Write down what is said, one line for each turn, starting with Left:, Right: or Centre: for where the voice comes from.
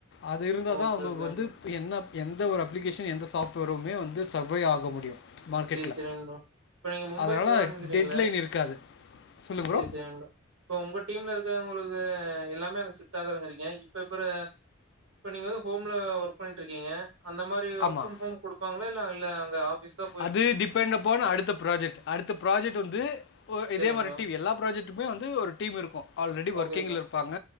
Left: அது இருந்தாதா
Right: ஓகே
Left: அவங்க
Right: ஓகே
Left: வந்து
Right: ப்ரோ
Left: என்ன எந்த ஒரு அப்ளிகேஷன் எந்த சாஃப்ட்வேருமே வந்து சர்வே ஆக முடியு மார்க்கெட்ல
Right: சேரி சேரிங்க ப்ரோ இப்ப நீங்க மும்பை
Left: அதனால
Right: போறேன்னுக்கிறீங்கள
Left: டெட் லைன் இருக்காது சொல்லுங்க
Right: சேரி
Left: ப்ரோ
Right: சேரிங்க இப்ப உங்க டீம்ல இருக்கிறவங்களுக்கு எல்லாமே அங்க ஷிஃப்ட் ஆகுறங்கிறீங்க இப்ப இப்பற இப்ப நீங்க எதோ ஹோம்ல ஒர்க் பண்ணிட்டுருக்கீங்க அந்த மாரி ஒர்க்
Left: ஆமாம்
Right: ஃப்ரம் ஹோம் குடுப்பாங்களா இல்ல இல்ல அங்க ஆபீஸ் தா
Left: அது டிபெண்ட் அப் ஆன் அடுத்த ப்ராஜெக்ட் அடுத்த ப்ராஜெக்ட் வந்து ஒ இதே
Right: சேரிங்க
Left: மாரி
Right: ப்ரோ
Left: டிவ் எல்லா ப்ராஜெக்ட் டுமே வந்து ஒரு டீம் இருக்கு ஆல்ரெடி ஒர்க்கிங்கில
Right: ஓகே ஓகே
Left: இருப்பாங்க